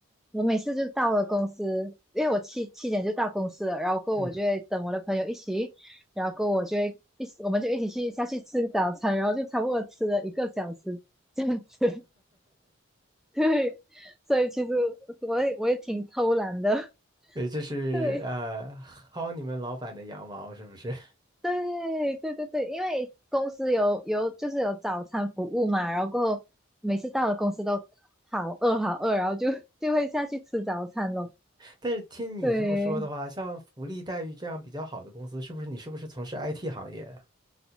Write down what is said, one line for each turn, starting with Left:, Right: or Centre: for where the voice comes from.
Centre: 我每次就到了公司，因为我七七点就到公司了，然后我就会等我的朋友一起，
Right: 嗯
Centre: 然后我就会一起，我们就一起去下去吃早餐，然后就差不多吃了一个小时这样子。<laughs> 对，所以其实我也我也挺偷懒的，
Right: 对，这是呃薅你们老板的羊毛是不是？
Centre: <laughs> 对。对对对对，因为公司有有就是有早餐服务嘛，然后过后每次到了公司都好饿好饿，然后就 <laughs> 就会下去吃早餐咯。
Right: <laughs> 但是听你这么说的话，
Centre: 对，
Right: 像福利待遇这样比较好的公司，是不是你是不是从事 IT 行业啊？